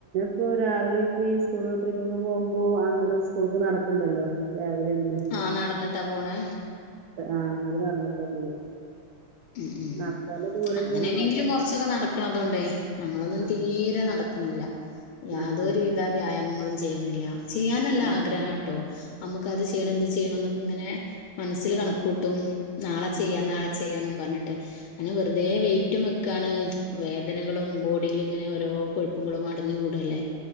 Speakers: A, on the right; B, on the left.
A: ഇപ്പോൊ രാവിലെ ഇപ്പ ഈ സ്കൂള് ട്രിപ്പി പോകുമ്പോൾ അങ്ങടെ സ്കൂൾക്ക് നടക്കണ്ടല്ലോ രാവലും
B: ആഹ് നടന്നിട്ടാ പോണേ
A: ആ അവങ്ങ നടന്നിട്ട് പോവാ
B: ഉം ഉം
A: നടക്കാള്ള ദൂരന്നെ
B: അങ്ങനെണെങ്കിലും
A: ഉള്ളൂ അപ്പൊ
B: കൊറച്ചൊക്കെ നടക്കണം അതുകൊണ്ടേ ഞങ്ങളൊന്നും
A: ആഹ്
B: തീരെ നടക്ക ആണില്ല യാതൊരു
A: ആഹ്
B: വിധ വ്യായാമങ്ങളും ചെയ്യണില്ല ചെയ്യാനല്ല
A: ആഹ്
B: ആഗ്രഹ കേട്ടോ നമ്മുക്ക് അത് ചെയ്യണം
A: ആഹ്
B: എന്ത് ചെയ്യണം എന്നൊക്കെ ഇങ്ങനെ മനസ്സിൽ
A: ആഹ്
B: കണക്ക കൂട്ടും നാളെ
A: ആഹ്
B: ചെയ്യാം നാളെ ചെയ്യാംന്നും പറഞ്ഞിട്ടെ അെ വെറുതെ വെയിറ്റും ക്കാണ് വേദനകളും ബോഡിൽ ഇങ്ങനെ ഓരോ കൊഴുപ്പങ്ങളും അടഞ്ഞു കൂടും അല്ലേ